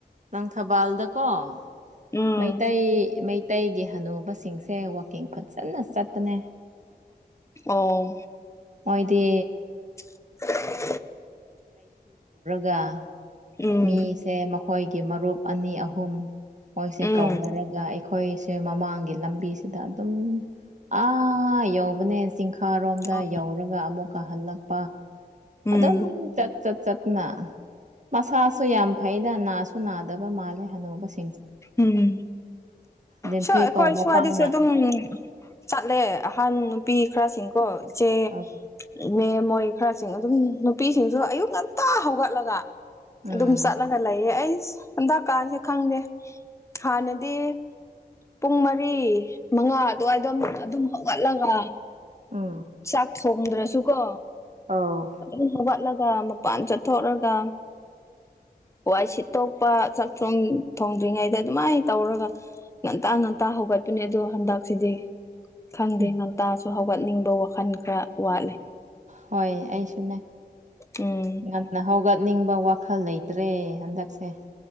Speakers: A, on the right; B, on the left.
A: ꯂꯪꯊꯕꯥꯜꯗꯀꯣ
B: ꯎꯝ
A: ꯃꯩꯇꯩ ꯃꯩ ꯇꯩꯒꯤ ꯍꯅꯨꯕꯁꯤꯡꯁꯦ ꯋꯥꯛꯀꯤꯡ ꯐꯖꯟꯅ ꯆꯠꯄꯅꯦ
B: ꯑꯣ
A: ꯃꯣꯏꯗꯤ
B: <unintelligible>
A: ꯒ
B: ꯎꯝ
A: ꯃꯤꯁꯦ ꯃꯈꯣꯏꯒꯤ ꯃꯔꯨꯞ ꯑꯅꯤ ꯑꯍꯨꯝ ꯃꯣꯏꯁꯦ
B: ꯎꯝ
A: ꯀꯧꯅꯔꯒ ꯑꯩ ꯑꯩꯈꯣꯏꯁꯦ ꯃꯃꯥꯡꯒꯤ ꯂꯝꯕꯤꯁꯤꯗ ꯑꯗꯨꯝ ꯑꯥ ꯌꯧꯕꯅꯦ ꯆꯤꯡꯈꯥꯔꯣꯝꯗ
B: ꯑꯣ
A: ꯌꯧꯔꯒ ꯑꯃꯨꯛꯀ ꯍꯜꯂꯛꯄ
B: ꯎꯝ
A: ꯑꯗꯨꯝ ꯆꯠ ꯆꯠꯅ ꯃꯁꯥꯁꯨ ꯌꯥꯝ ꯐꯩꯗ ꯅꯥꯁꯨ ꯅꯥꯗꯕ ꯃꯥꯜꯂꯦ ꯍꯥꯅꯧꯕꯁ
B: ꯎꯝ
A: ꯂꯤꯟꯊꯨꯏ
B: ꯁꯣꯏ ꯑꯩꯈꯣꯏ
A: ꯄꯥꯎ ꯃꯄꯥꯅ
B: ꯁ꯭ꯋꯥꯏꯗꯩꯁꯨ ꯑꯗꯨꯝ ꯆꯠꯂꯦ ꯑꯍꯟ ꯅꯨꯄꯤ ꯈ꯭ꯔꯁꯤꯡꯀꯣ ꯏꯆꯦ
A: ꯑꯧ
B: ꯏꯅꯦ ꯃꯣꯏ ꯈꯔꯁꯤꯡ ꯑꯗꯨꯝ ꯅꯨꯄꯤꯁꯤꯡꯁꯨ ꯑꯌꯨꯛ ꯉꯟꯇꯥ ꯍꯧꯒꯠꯂꯒ
A: ꯎꯝ
B: ꯑꯗꯨꯝ ꯆꯠꯂꯒ ꯂꯩꯌꯦ ꯑꯩ ꯍꯟꯗꯀꯥꯁꯦ ꯈꯪꯗꯦ ꯍꯥꯟꯅꯗꯤ ꯄꯨꯡ ꯃꯔꯤ ꯃꯉꯥ ꯑꯗꯨꯋꯥꯏꯗ ꯑꯗꯨꯝ ꯍꯧꯒꯠꯂꯒ
A: ꯎꯝ
B: ꯆꯥꯛ ꯊꯣꯡꯗ꯭ꯔꯁꯨ ꯀꯣ
A: ꯑꯧ
B: ꯑꯗꯨꯝ ꯍꯧꯒꯠꯂꯒ ꯃꯄꯥꯟ ꯆꯠꯊꯣꯛꯔꯒ ꯋꯥꯏ ꯁꯤꯠꯇꯣꯛꯄ ꯆꯥꯛ ꯊꯣꯡ ꯊꯣꯡꯗ꯭ꯔꯤꯉꯩꯗ ꯑꯗꯨꯃꯥꯏ ꯇꯧꯔꯒ ꯉꯟꯇꯥ ꯉꯟꯇꯥ ꯍꯧꯒꯠꯄꯅꯦ ꯑꯗꯣ ꯍꯟꯗꯛꯁꯤꯗꯤ ꯈꯪꯗꯦ
A: ꯎꯝ
B: ꯉꯟꯇꯥꯁꯨ ꯍꯧꯒꯠ ꯆꯠꯅꯤꯡꯕ ꯋꯥꯈꯟ ꯈꯔ ꯋꯥꯠꯂꯦ
A: ꯍꯣꯏ ꯑꯩꯁꯨꯅꯦ
B: ꯎꯝ
A: ꯉꯟꯅ ꯍꯧꯒꯠꯅꯤꯡꯕ ꯋꯥꯈꯜ ꯂꯩꯇ꯭ꯔ ꯇꯦ ꯍꯟꯗꯛꯁꯦ